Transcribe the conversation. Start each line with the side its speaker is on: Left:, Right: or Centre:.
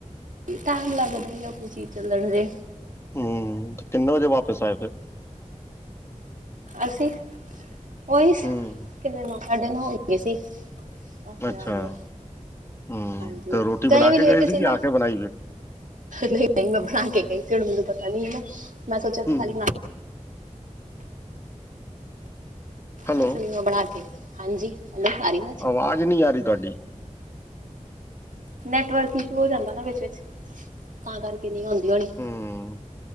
Right: ਟੈਮ ਲੱਗਦਾ ਈ ਐ ਕੋਈ ਚੀਜ਼ ਚੱਲਣ ਤੇ।
Left: ਹੂੰ, ਤੇ ਕਿੰਨੇ ਵਜੇ ਵਾਪਿਸ ਆਏ ਫੇਰ?
Right: ਅਸੀਂ, ਓਈ
Left: ਹੂੰ
Right: ਕਿੰਨੇ ਨੋ ਸਾਡੇ ਨੌ ਹੋ ਗਏ ਸੀ ਆਉਂਦੇ-ਆਉਂਦੇ,
Left: ਅੱਛਾ ਹੂੰ
Right: ਹਾਂਜੀ,
Left: ਤੇ ਰੋਟੀ
Right: ਗਏ
Left: ਬਣਾ
Right: ਵੀ
Left: ਕੇ
Right: ਲੇਟ ਸੀ
Left: ਕਿ
Right: ਨਾ।
Left: ਆ ਕੇ ਬਣਾਈ ਫਿਰ
Right: ਨਈ-ਨਈ ਮੈਂ ਬਣਾ ਕੇ ਗਈ ਸੀ ਹੁਣ ਮੈਨੂੰ ਪਤਾ ਨਈ ਨਾ, ਮੈਂ ਸੋਚਿਆ ਉੱਥੇ
Left: ਹੂੰ
Right: ਖਾਲੀ ਨਾ
Left: ਹੈਲੋ
Right: ਐਸ ਲ‌ਈ ਮੈਂ ਬਣਾ ਕੇ, ਹਾਂਜੀ, ਹੈਲੋ ਆ ਰੀ ਵਾਜ਼?
Left: ਆਵਾਜ਼ ਨੀ ਆ ਰੀ ਤੁਆਡੀ?
Right: ਨੈੱਟਵਰਕ ਇਸ਼ੂ ਹੋ ਜਾਂਦਾ ਨਾ ਵਿੱਚ-ਵਿੱਚ ਤਾਂ ਕਰਕੇ ਨੀ ਆਉਂਦੀ ਹੋਣੀ,
Left: ਹੂੰ